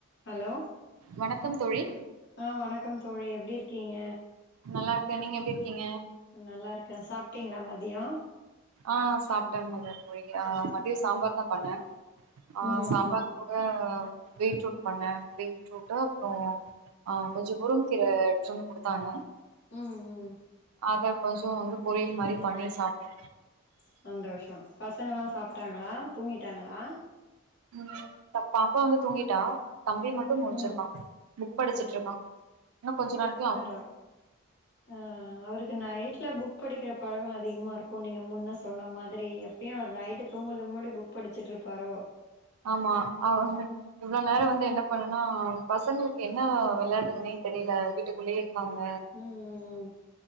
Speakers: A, on the left (about 50°); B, on the right (about 75°).
A: hello
B: வணக்கம் தோழி
A: ஆ வணக்கம் தோழி எப்டி இருக்கீங்க
B: நல்லா இருக்க நீங்க எப்டி இருக்கீங்க
A: நல்லா இருக்க சாப்ட்டீங்ளா மதியோ
B: ஆ சாப்ட்ட மத்யான்த்க் போய்ங்ளா
A: ம்
B: மதியோ சாம்பார்தா பண்ண ஆ
A: ம்
B: சாம்பார்
A: ம்
B: கூட பீட்ரூட் பண்ண பீட்ரூட்டு அப்றோ ஆ கொஞ்சோ முருங்கீர எட்த்வந்து குடுத்தாங்க
A: ம் ம்
B: அத கொஞ்சோ வந்து பொரியல் மாரி பண்ணி சாப்ட்டோ
A: சந்தோஷோ பசங்களா சாப்ட்டாங்களா தூங்கிட்டாங்களா
B: ம் ப்ப பாப்பா வந்து தூங்கிட்டா தம்பி மட்டு முழ்ச்சிருக்கான்
A: ம்
B: புக் படிச்சுட்ருக்கான் இன்னு கொஞ்சு நாள்
A: பராவாலே ஆ அவருக்கு நைட்ல புக் படிக்கிற பழகோ அதிகமா இருக்கு நீங்க முன்ன சொன்ன மாதிரி அப் பியு அவுரு நைட்டு தூங்கறதுக் முன்னாடி புக் படிச்சுட்ருப்பாரோ
B: ஆமா அவுங்க இவுளோ நேரோ வந்து என்ன பண்ணுனா பசங்கிளுக்கு என்ன விளையாட்றதுனே தெரில வீட்டுக்குள்ளயே இர்க்காங்க
A: ம் ம் ம்